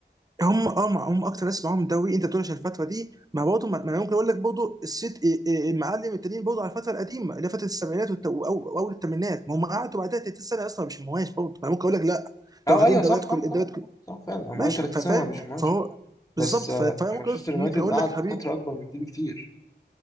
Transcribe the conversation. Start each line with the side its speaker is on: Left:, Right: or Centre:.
Right: هم اه مع- هم اكتر ناس معاهم دوري انت بتقول عشان الفتره دي ما برضه ما ما انا ممكن اقول لك برضه الست إيه- إيه المعلم التانيين برضه على الفتره القديمه اللي هي فتره السبعينات والت- وأو- واول الثمانينات ما هم قعدوا بعدها 30 سنه اصلا مش مهواش برضه انا ممكن اقول لك لا
Left: اه
Right: لو واخدين
Left: ايوه
Right: دوريات
Left: صح
Right: كل
Left: صح صح
Right: الدوريات كل
Left: صح, صح فعلا هم
Right: ماشي
Left: قالوا 30
Right: فاهم
Left: سنة ما بيشموهاش
Right: فهو
Left: بس
Right: بالظبط
Left: آه
Right: ف- فانا
Left: مانشستر
Right: ممكن
Left: يونايتد
Right: ممكن اقول
Left: قعد
Right: لك حبيب
Left: فترة أكبر من دي بكتير